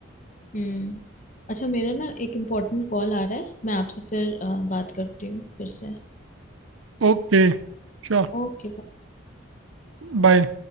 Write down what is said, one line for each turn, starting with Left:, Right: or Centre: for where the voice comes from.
Left: हम्म अच्छा मेरा ना एक इम्पोर्टेंट कॉल आ रहा है मैं आपसे फिर अ, बात करती हूँ फिर से
Right: Okay sure
Left: ओके
Right: bye